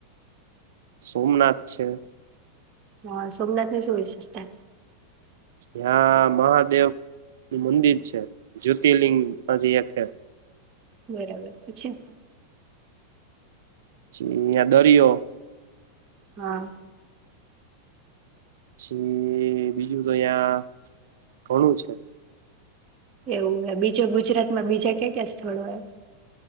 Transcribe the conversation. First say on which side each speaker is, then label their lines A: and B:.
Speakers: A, on the right; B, on the right.
A: સોમનાથ છે.
B: હા સોમનાથની શું વિશેષતા
A: હ્યાં મહાદેવ નું મંદિર છે, જ્યોતિર્લિંગ માંથી એકે-
B: બરાબર, પછી.
A: પછી દરિયો
B: હા.
A: પછી બીજું તો અહીંયા ઘણું છે.
B: એવું ને બીજો ગુજરાત માં બીજા કે કયા કયા સ્થળ હોય?